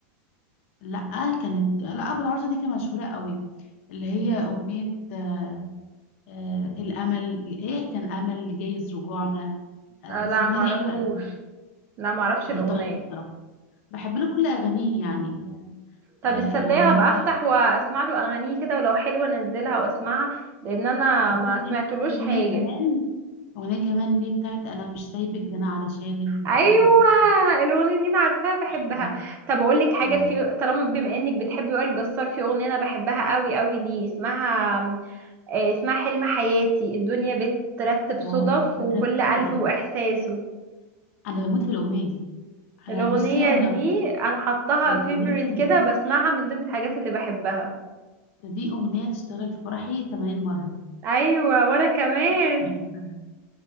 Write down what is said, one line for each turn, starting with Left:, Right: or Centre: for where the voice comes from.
Left: لا كانت لا ابو العروسه دي كانت مشهوره قوي اللي هي اغنيه آه، آه، الامل ايه كان امل جايز رجوعنا آه،
Right: آه
Left: بس
Right: لا
Left: الاغنيه
Right: معرفوش
Left: دي حلوه قوي
Right: لا معرفش
Left: هي
Right: الاغنيه
Left: تحفه بصراحه بحب له كل اغانيه يعني
Right: طب
Left: آه
Right: الصدقي
Left: يعني
Right: هبقى
Left: هو
Right: افتح واسمع له اغانيه كده ولو حلوه انزلها واسمعها لان انا
Left: وفي
Right: ما
Left: اغنيه
Right: سمعتلوش
Left: في اغنيه
Right: حاجه
Left: كمان اغنيه كمان ليه بتاعت انا مش سايبك ده انا علشانك بتغرب
Right: ايوه
Left: واتحب
Right: الاغنيه دي انا عارفاها بحبها
Left: تحفه
Right: طب اقول لك حاجه
Left: حبيبي
Right: في طالما بما انك بتحبي وائل جسار في اغنيه انا بحبها قوي قوي ليه اسمها آه، اسمها حلم حياتي الدنيا بترتب صدف
Left: اه بترتب
Right: وكل قلب
Left: صدف
Right: واحساسه
Left: آه، انا بموت في الاغنيه دي انا
Right: الاغنيه
Left: بصي انا
Right: دي
Left: لو اتجوزت
Right: انا حطاها
Left: لو اتجوزت
Right: فيفوريت
Left: من
Right: كده
Left: الصبح
Right: بسمعها من ضمن الحاجات اللي بحبها
Left: ده دي اغنيه تشتغل في فرحي 80 مره
Right: ايوه وانا كمان
Left: بحبها